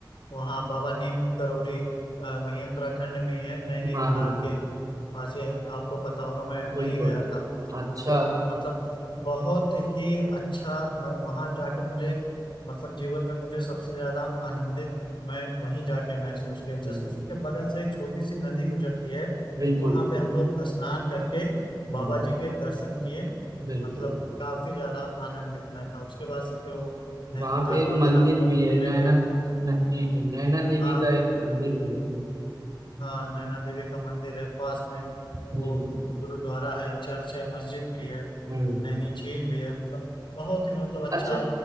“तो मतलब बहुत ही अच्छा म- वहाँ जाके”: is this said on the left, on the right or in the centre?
Left